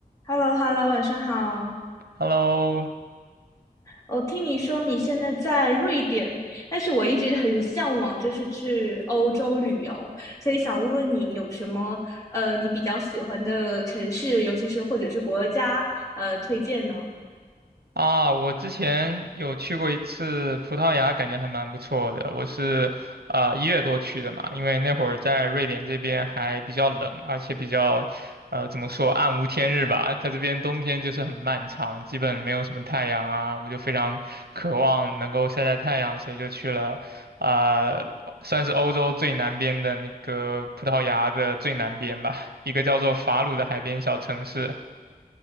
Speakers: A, on the left; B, on the right.
A: h e l l o h e l l o 晚上好。
B: Hello，
A: 我听你说你现在在瑞典，但是我一直很向往，就是去欧洲旅游，所以想问问你有什么呃你比较喜欢的城市，尤其是或者是国家呃推荐呢？
B: 啊，我之前有去过一次葡萄牙，感觉还蛮不错的。我是呃一月多去的嘛，因为那会儿在瑞典这边还比较冷，而且比较呃怎么说暗无天日吧，在这边冬天就是很漫长，基本没有什么太阳啊，我就非常渴望能够晒晒太阳，所以就去了呃算是欧洲最南边的那个葡萄牙的最南边吧，一个叫做法鲁的海边小城市。